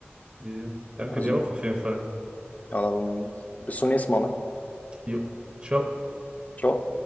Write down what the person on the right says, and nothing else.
Ja. Danke
dir auch auf jeden Fall.
Jo. Ciao.